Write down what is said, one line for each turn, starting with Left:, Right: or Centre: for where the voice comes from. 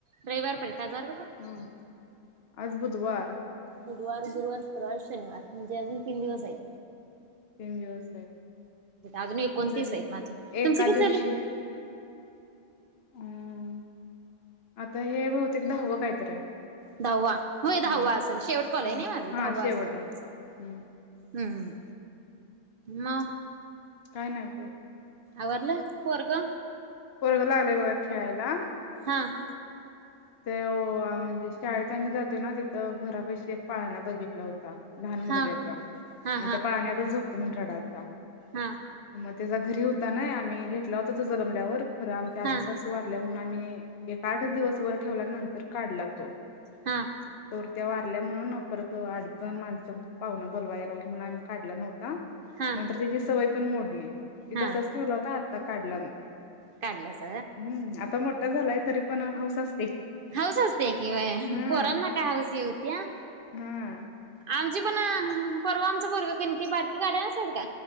Right: रविवार पर्यंत आज वार कुठला?
Left: हम्म आज बुधवार
Right: बुधवार, गुरुवार, शुक्रवार, शनिवार अजून तीन दिवस
Left: हं,
Right: आहेत
Left: तीन दिवस आहेत
Right: अजून एकोणतीस
Left: जरी
Right: आहेत माझे
Left: एका
Right: तुमचे किती
Left: दिवशी
Right: झाली?
Left: अम् आता हे बहुतेक दहावं कायतर आहे
Right: दहावा होय दहावा
Left: हा
Right: असेल शेवट कॉल नई
Left: हम्म
Right: माझा दहावा
Left: हा शेवट
Right: असेल
Left: आहे
Right: तुमचा
Left: हम्म
Right: हम्म म
Left: काय नाय ग
Right: आवरल? पोरग
Left: पोरग लागलंय बघा खेळायला
Right: हा -
Left: तेव म्हणजी शाळेत आम्ही जातोयना तिथं घरापशी एक पाळणा बघितला होता - लहान मुलग्याचा
Right: हा हा
Left: अन
Right: हा
Left: त्या पाळन्यातच झोप कामून रडलता
Right: हा
Left: म त्याचा घरी होता नाय आम्ही घेतला होता तो जलममल्यावर खरं आमच्या आजसासू
Right: हा
Left: वारल्या म्हणून आम्ही एक आठच दिवस वर ठेवल्यानंतर काढला तो
Right: हा
Left: तवर त्या वारल्या म्हणून परत अडीच जण माणसं पाहुण बोलवाय यायला लागली म्हणून आम्ही काढला नव्हता
Right: हा
Left: नंतर त्याची सवय पण मोडली ती
Right: हा
Left: तसाच ठेवला होता आत आता काढला म
Right: काढलाच
Left: हम्म आता मोठा झालाय तरी पण हौस असती
Right: हौस असते की बया
Left: हां,
Right: पोरांना का हौस हे होतिया
Left: हां,
Right: आमची पण परवा आमचं पोरग कनाई बारकी गाडी असत्यात का